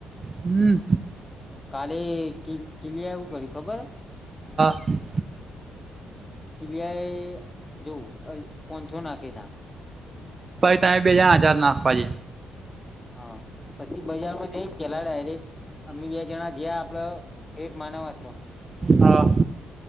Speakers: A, on the right (about 35°); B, on the left (about 25°).
A: હમ્મ.
B: કાલે <inaudible> આવું કર્યું ખબર?
A: હમ <inaudible>
B: કિલિયાઈ જોવું અ પહચો નાખે ત્યાં.
A: પાઈ ત બેજ હજાર નાખવાજ છે.
B: હ, પછી બજારમાં જઈને પેલા ડાયરેક અમે બે જણા જયા આપડ ઠેટ માનવ આશ્રમ,
A: હા